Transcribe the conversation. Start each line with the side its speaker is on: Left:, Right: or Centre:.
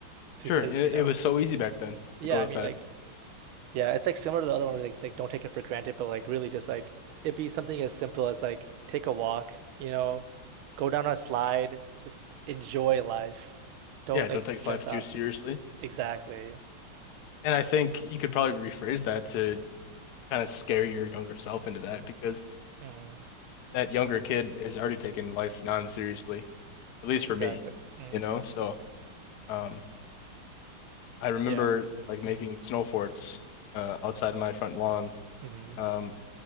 Right: Because
Left: Sure. It,
Right: you know,
Left: it was so easy back then
Right: yeah,
Left: to go
Right: I
Left: outside.
Right: mean, like, yeah, it's like similar to the other one where like, it's like don't take it for granted, but like really just like it'd be something as simple as like take a walk, you know, go down a slide, just enjoy life. Don't
Left: Yeah, don't
Right: like
Left: take
Right: stress
Left: life
Right: out.
Left: too seriously.
Right: Exactly.
Left: And I think you could probably rephrase that to kind of scare your younger self into that because
Right: hmm
Left: that younger kid is already taking life non-seriously, at least
Right: Exactly.
Left: for me,
Right: Mm.
Left: you know? So, um, I remember
Right: Yeah.
Left: like making
Right: Mm.
Left: snow forts uh, outside my front lawn.
Right: hmm
Left: Um,